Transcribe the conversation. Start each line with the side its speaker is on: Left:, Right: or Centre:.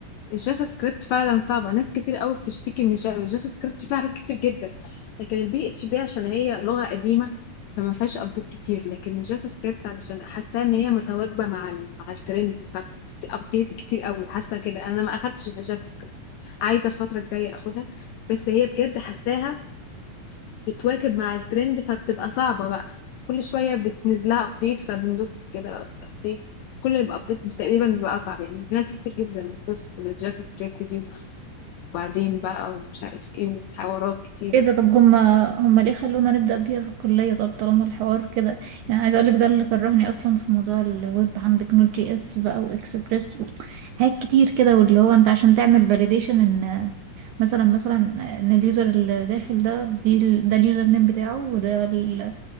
Left: الجافا سكريبت فعلا صعبة ناس كتير قوي بتشتكي من الجافا الجافا سكريبت فيها حاجات كتير جدا لكن البي اتش بي عشان هي لغة قديمة فما فيهاش ابديت كتير لكن الجافا سكريبت علشان حاساها ان هي متواكبة مع ال... مع الترند فابديت كتير قوي حاسة كده انا ما اخدتش الجافا سكريبت عايزة الفترة الجاية اخدها بس هي بجد حاساها بتواكب مع الترند فبتبقى صعبة بقى كل شوية بتنزل لها ابديت فبندوس كده ابديت كل الابديت تقريبا بيبقى اصعب يعني في ناس كتير جدا بتبص للجافا سكريبت دي وبعدين بقى ومش عارف ايه وحوارات كتير
Right: ايه ده طب هما هما ليه خلونا نبدأ بيها في الكلية طب طالما الحوار كده يعني عايزة اقولك ده اللي كرهني اصلا في موضوع الويب عندك نوت جي اس بقى واكسبريس حاجات كتير كده واللي هو انت عشان تعمل فاليديشن ان مثلا مثلا ان اليوزر اللي داخل ده دي ال- ده اليوزر نيم بتاعه وده ال-